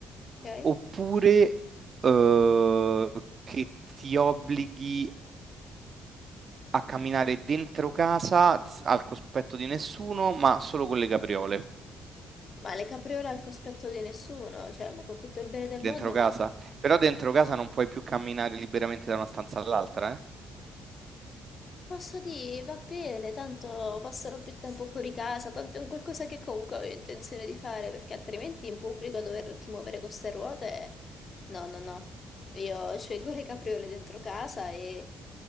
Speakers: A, on the left (about 40°); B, on the right (about 45°).
A: ok?
B: oppure eh, che ti obblighi a camminare dentro casa s- al cospetto di nessuno, ma solo con le capriole?
A: Ma le capriole al cospetto di nessuno, cioè, ma con tutto il bene del
B: Dentro
A: mondo,
B: casa?
A: ma
B: Però dentro casa non puoi più camminare liberamente da una stanza all'altra, eh?
A: posso dire, va bene, tanto passerò più tempo fuori casa, tanto è un qualcosa che comunque avevo intenzione di fare, perché altrimenti in pubblico doverti muovere con ste ruote, no, no, no. Io <laughs> scelgo le capriole dentro casa e